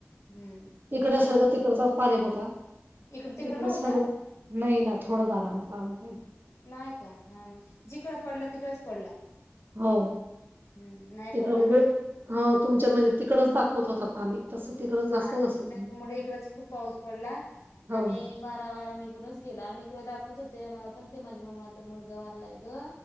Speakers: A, on the left (about 75°); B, on the right (about 45°).
A: हम्म
B: तिकडसारखं
A: पण झालं.
B: तिकडचाच पाणी होता
A: इकड तिकड
B: तिकडें
A: नव्हता
B: सगळं नाही ना थोडं गार ना पाम काय
A: नाही का हा जिकडं पडला तिकडच पडला
B: हो
A: हम्म नाही
B: तिकडं
A: पडला
B: म्हणजे
A: ना
B: हो तुमच्या म्हणजे तिकडच दाखवत होता पाणी तसं तिकडच जास्तच
A: हा
B: असेल
A: त्याच्यामुळे इकडंच खूप पाऊस पडला
B: हो
A: आणि वारा वारा निघूनच गेला आणि इकड दाखव होत हो ते आ मला पण ते माझ्या माम्माचा मुलगा वारलाय ग